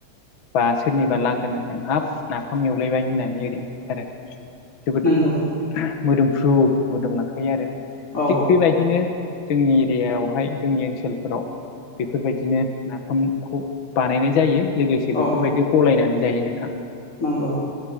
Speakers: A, on the left (about 55°); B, on the left (about 25°).
A: बा सोरनिबा लांगोनाजों हाब नाफाम एवलायबाय होननानै ओरै आरो। जोबोद
B: नंगौ
A: मोदोमफ्रु मोदोमलांखायो आरो।
B: औ
A: थिग बेबायदिनो जोंनि एरियाायावहाय जोंनि ओनसोलफोराव बेफोरबायदिनो नाफामखौ बानायनाय जायो लोगोसे बेफोरबायदि
B: औ
A: गलायनानै जायो नोंथां।
B: नंगौ